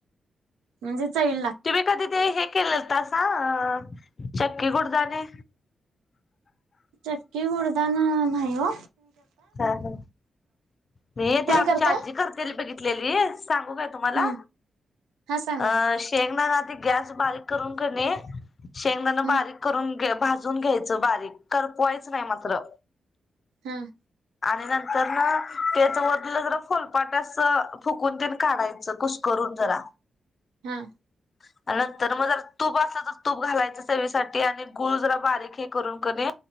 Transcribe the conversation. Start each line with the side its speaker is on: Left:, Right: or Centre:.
Right: म्हणजे चय
Left: तुम्ही कधी ते हे केलतसा अं, चक्की गुडदाने.
Right: चक्की गुडदानं नाही ओ.
Left: हा हा, मी
Right: तुम्ही
Left: ते आमची
Right: करताय
Left: आजी करत्याल बघि तलेली सांगू काय तुम्हाला,
Right: हम्म हा सांगा
Left: अं
Right: की
Left: शेंगदा आधी गॅस बारीक करून कणी, शेंगदाणा
Right: हम्म
Left: बारीक करून घे भाजून घ्यायचं बारीक करपवायचं नाही मात्र.
Right: हम्म.
Left: आणि नंतरनं त्याच वरलं जरा फोलपाट असं फुकून तेन काढायचं कस करून जरा.
Right: हा.
Left: <inaudible> नंतर म जरा तूप असलं तर तूप घालायचं चवीसाठी आणि गुळ जरा बारीक हे करून कनी